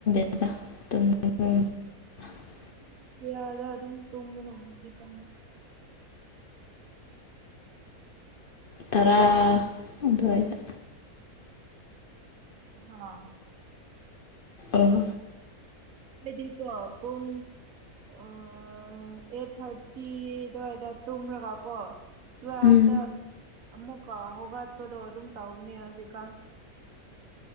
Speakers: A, on the left; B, on the right.
A: <inaudible>
B: <unintelligible>
A: ꯇꯔꯥ ꯑꯗꯨꯋꯥꯏꯗ
B: ꯑꯥ
A: ꯑꯣ
B: ꯍꯥꯏꯗꯤ ꯀꯣ ꯄꯨꯡ ꯑꯥ ꯑꯩꯠ ꯊꯥꯔꯇꯤꯗꯋꯥꯏꯗ ꯇꯨꯝꯔꯒ ꯀꯣ ꯇꯨꯋꯦꯜꯇ
A: ꯎꯝ
B: ꯑꯃꯨꯛ ꯀꯣ ꯍꯧꯒꯠꯄꯗꯣ ꯑꯗꯨꯝ ꯇꯧꯅꯦ ꯍꯧꯖꯤꯛꯀꯥꯟ